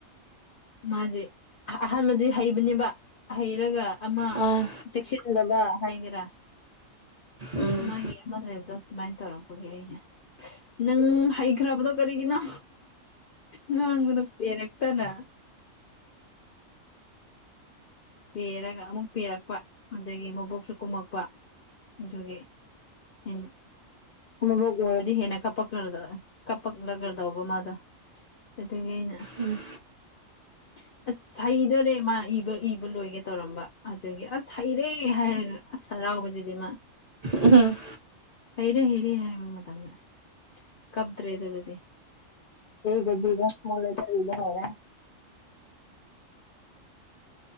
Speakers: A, on the left; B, on the right.
A: ꯃꯥꯖꯦ ꯑꯍ ꯑꯍꯥꯟꯃꯗꯤ ꯍꯩꯕꯅꯦꯕ ꯍꯩꯔꯒ ꯑꯃ
B: ꯑꯥ
A: ꯆꯦꯛꯁꯤꯟꯗꯕ ꯍꯥꯢꯒꯦꯔꯥ
B: ꯎꯝ
A: ꯃꯥꯒꯤ ꯑꯃ ꯂꯩꯕꯗꯣ ꯑꯗꯨꯃꯥꯢꯅ ꯇꯧꯔꯛꯄꯒꯤ ꯑꯩꯅꯦ ꯅꯪ ꯍꯩꯈ꯭ꯔꯕꯗꯣ ꯀꯔꯤꯒꯤꯅꯣ ꯉꯥꯡꯕꯗ ꯄꯦꯔꯛꯇꯅ ꯄꯦꯔꯒ ꯑꯃꯨꯛ ꯄꯦꯔꯛꯄ ꯑꯗꯒꯤ ꯃꯕꯣꯛꯁꯨ ꯀꯨꯝꯃꯛꯄ ꯑꯗꯨꯒꯤ ꯑꯩꯅ ꯃꯕꯣꯛ ꯑꯣꯢꯔꯗꯤ ꯍꯦꯟꯅ ꯀꯞꯄꯛꯔꯗ ꯀꯞꯄꯛꯂꯒꯗꯧꯕ ꯃꯥꯗꯣ ꯑꯗꯒꯤ ꯑꯩꯅ
B: ꯎꯝ
A: <inaudible> ꯑꯁ ꯍꯩꯗꯣꯔꯦ ꯃꯥ ꯏꯕ ꯏꯕ ꯂꯣꯢꯒꯦ ꯇꯧꯔꯝꯕ ꯑꯗꯒꯤ ꯑꯁ ꯍꯩꯔꯦ ꯍꯥꯢꯔꯒ ꯑꯁ ꯍꯥꯔꯥꯎꯕꯖꯤꯗꯤ ꯃꯥ
B: ꯎ ꯎꯝ
A: ꯍꯩꯔꯦ ꯍꯩꯔꯦ ꯍꯥꯢꯕ ꯃꯇꯝꯗ ꯀꯞꯇ꯭ꯔꯦ ꯑꯗꯨꯗꯗꯤ ꯑꯦꯒ ꯗꯤꯒ ꯏꯁꯃꯣꯜ ꯂꯦꯇ꯭ꯔꯗ ꯏꯕ ꯍꯧꯔꯦ